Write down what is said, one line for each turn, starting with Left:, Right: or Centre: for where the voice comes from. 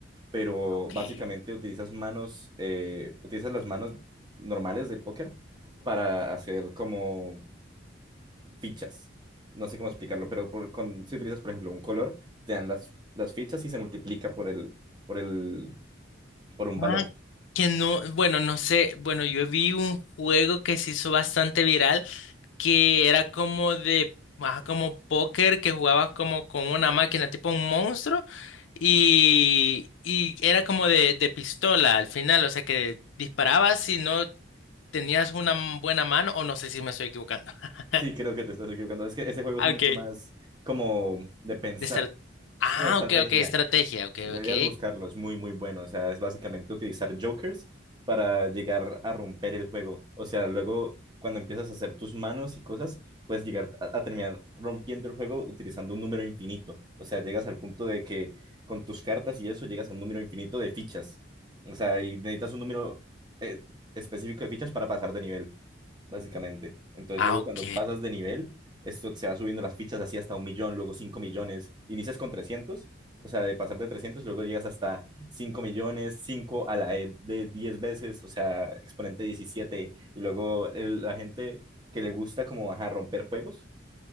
Right: pero
Left: Okay.
Right: básicamente utilizas manos, eh, utilizas las manos normales del póker para hacer como fichas. No sé cómo explicarlo, pero por- con, si utilizas, por ejemplo, un color, te dan las, las fichas y se multiplica por el, por el, por un valor.
Left: Ah, que no, bueno, no sé, bueno, yo vi un juego que se hizo bastante viral que era como de, ajá, como póker, que jugabas como con una máquina, tipo un monstruo, y, y era como de, de pistola al final, o sea que disparabas si no tenías una m- buena mano, o no sé si me estoy equivocando. <laughs>
Right: Sí, creo que te estás equivocando. Es que ese juego
Left: Ah,
Right: es mucho
Left: ok. De
Right: más como de pensar.
Left: estra- Ah,
Right: Es como Ah, ok. estrategia.
Left: ok, ok, estrategia, ok,
Right: Deberías
Left: ok.
Right: buscarlo, es muy, muy bueno. O sea, es básicamente utilizar jokers para llegar a romper el juego. O sea, luego cuando empiezas a hacer tus manos y cosas, puedes llegar a, a terminar rompiendo el juego utilizando un número infinito. O sea, llegas al punto de que con tus cartas y eso llegas a un número infinito de fichas. O sea, y necesitas un número eh, específico de fichas para pasar de nivel básicamente. Entonces,
Left: Ah,
Right: luego
Left: ok.
Right: cuando pasas de nivel, esto se va subiendo las fichas así hasta un millón, luego cinco millones. Inicias con trescientos o sea, de pasar de 300 luego llegas hasta cinco millones, cinco a la E de 10 veces, o sea, exponente diecisiete Y luego el- la gente que le gusta como, ajá, romper juegos,